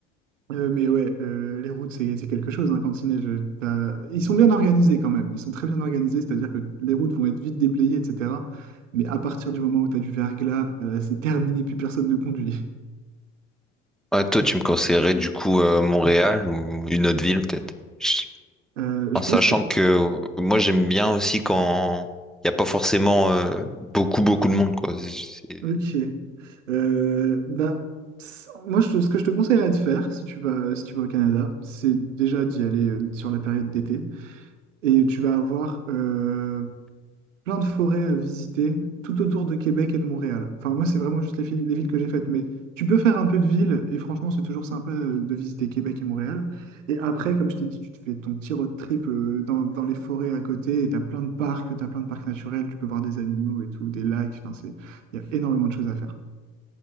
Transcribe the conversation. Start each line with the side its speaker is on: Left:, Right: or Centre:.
Right: Euh, mais ouais, euh, les routes, c'est c'est quelque chose, hein, Cantinet. Je- t'as- Ils sont bien organisés quand même. Ils sont très bien organisés, c'est-à-dire que les routes vont être vite déblayées, etc. Mais à partir du moment où tu as du verglas, euh, c'est terminé, plus personne ne conduit.
Centre: Ouais, toi tu me conseillerais du coup euh, Montréal ou une autre ville peut-être. Ch-
Right: Euh, je
Centre: En sachant
Right: pense que.
Centre: que euh, moi j'aime bien aussi quand il n'y a pas forcément euh, beaucoup beaucoup de monde quoi. C'est-
Right: Ok. Euh, bah, c- moi, je te- ce que je te conseillerais de faire, si tu vas, si tu vas au Canada, c'est déjà d'y aller euh, sur la période d'été. Et tu vas avoir euh, plein de forêts à visiter tout autour de Québec et de Montréal. Enfin, moi, c'est vraiment juste les, fil- les villes que j'ai faites, mais tu peux faire un peu de ville et franchement, c'est toujours sympa euh, de visiter Québec et Montréal. Et après, comme je t'ai dit, tu te fais ton petit road trip euh, dans, dans les forêts à côté et tu as plein de parcs, tu as plein de parcs naturels, tu peux voir des animaux et tout, des lacs. Enfin, c'est, il y a énormément de choses à faire.